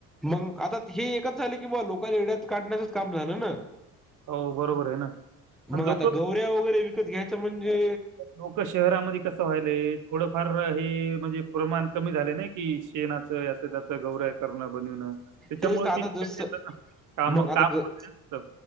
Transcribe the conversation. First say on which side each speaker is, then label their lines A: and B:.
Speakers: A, in the centre; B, on the right (about 45°).
A: मग आता हे एकच झालं की, मग लोकांला येड्यात काढण्याचंच काम झालं ना.
B: हो बरोबर आहे ना आणि
A: मग
B: लोक
A: आता गौऱ्या वगैरे विकत घ्यायचं म्हणजे,
B: लोकं शहरामध्ये कसं व्हायलय, थोडंफार हे म्हणजे प्रमाण कमी झाले नाही. कि शेनाचं याच त्याच गौर्या करणं बनवणं. त्याच्यामुळे
A: तेच तर आता
B: ती विकत
A: जसं,
B: घेतात ना काम
A: मग
B: काम
A: आता ज
B: असतं.